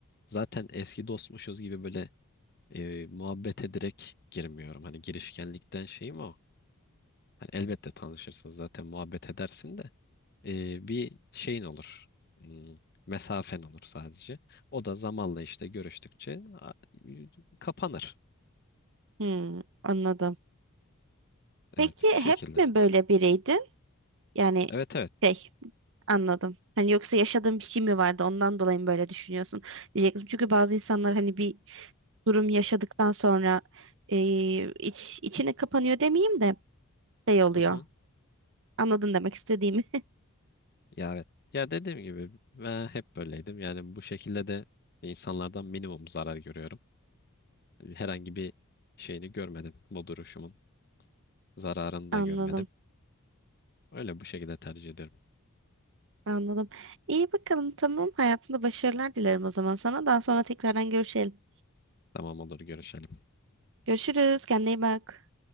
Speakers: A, on the left (about 50°); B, on the right (about 65°).
A: zaten eski dostmuşuz gibi böyle e, muhabbete direkt girmiyorum. Hani girişkenlikten şeyim o. Hani elbette tanışırsın zaten muhabbet edersin de. e, bir şeyin olur. Hmm, mesafen olur sadece. O da zamanla işte görüştükçe a- kapanır.
B: Hmm, anladım.
A: Evet
B: Peki
A: bu şekilde.
B: hep mi böyle biriydi? Yani
A: Evet evet.
B: şey anladım. Hani yoksa yaşadığın bir şey mi vardı ondan dolayı mı böyle düşünüyorsun diyecektim. Çünkü bazı insanlar hani bir durum yaşadıktan sonra e, iç, içine kapanıyor demeyeyim de şey oluyor.
A: Hı hı.
B: Anladın demek istediğimi.
A: Ya evet. Ya dediğim gibi ben hep böyleydim. Yani bu şekilde de insanlardan minimum zarar görüyorum. Herhangi bir şeyini görmedim. Bu duruşumun zararını
B: <laughs> Anladım.
A: da görmedim. Öyle bu şekilde tercih ederim.
B: Anladım. İyi bakalım tamam. Hayatında başarılar dilerim o zaman sana. Daha sonra tekrardan görüşelim.
A: Tamam olur görüşelim.
B: Görüşürüz. Kendine iyi bak.